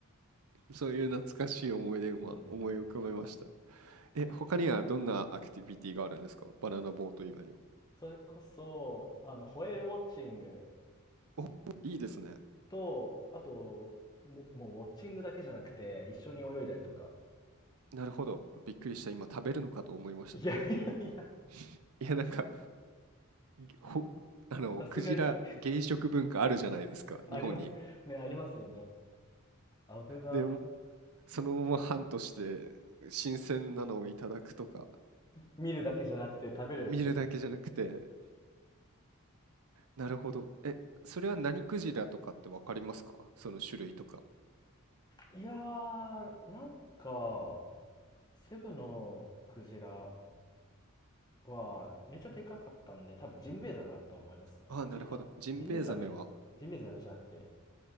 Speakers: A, on the right (about 90°); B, on the left (about 20°).
A: そういう懐かしい思い出を今思い浮かべました。
B: いいですね。
A: え、他にはどんなアクティビティがあるんですかバナナボート以外には。
B: それこそ、あの、ホエールウォッチング
A: お、いいですね。
B: と、あと、も、もうウォッチングだけじゃなくて、一緒に泳いだりとか。
A: なるほど。びっくりした。今食べるのかと思いました。
B: いやいやいや
A: <laughs> いや、なんか、ぎほ、あの、
B: さすがに、
A: クジラ、芸食文化あるじゃないですか、
B: あります。
A: 日本に。
B: ね、ありますよね。ブが
A: で、そのまま半として、新鮮なのをいただくとか、
B: 見るだけじゃなくて食べるって。
A: 見るだけじゃなくて、なるほど。え、それは何クジラとかってわかりますかその種類とか。
B: いやー、なんか、セブのクジラはめっちゃでかかったんで、多分ジンベエザメだと思いますね。
A: ああ、なるほど。
B: じ、あ、
A: ジンベエザメは。
B: ジンベエザメ、ジンベエザメじゃなくて、